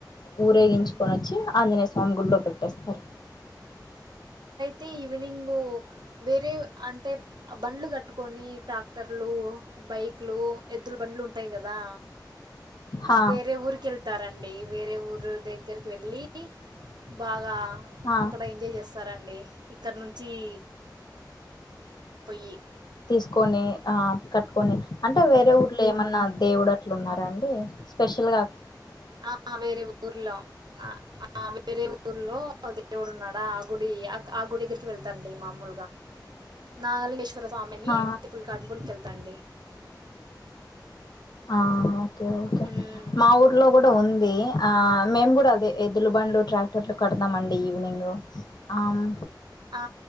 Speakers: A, on the left; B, on the right.
A: ఊరేగించుకొని
B: మ్మ్
A: వచ్చి ఆంజనేయ స్వామి గుళ్లో పెట్టేస్తారు
B: అయితే ఈవినింగు వేరే అంటే బండ్లు కట్టుకొని ట్రాక్టర్లు బైక్లు ఎద్దుల బండ్లు ఉంటాయి కదా
A: హా
B: వేరే ఊరికి వెళ్తారండి అండి వేరే ఊర్లు దగ్గరికి వెళ్ళి బాగా
A: హా
B: అక్కడ ఎంజాయ్ చేస్తారండి ఇక్కడ నుంచి జీ పోయి
A: కట్టుకొని ఆ కట్టుకొని అంటే వేరే ఊర్లో ఏమన్నా దేవుడు అట్ల ఉన్నారాండి స్పెషల్గా
B: ఆ వేరే ఊర్లో ఆ వేరే ఊర్లో దేవుడు ఉన్నాడా ఆ గుడి ఆ గుడికి వెళ్తాండి మామూలుగా నాగలింగేశ్వర స్వామిని
A: ఆ
B: ఇప్పుడు కడుపులకి వెళ్తాండి
A: ఆ ఓకే ఓకే
B: మ్మ్.
A: మా ఊర్లో కూడా ఉంది ఆ మేము కూడా అదే ఎదులు బండ్లు ట్రాక్టర్లు కడతాంమండి ఈవినింగ్లో అమ్
B: ఆ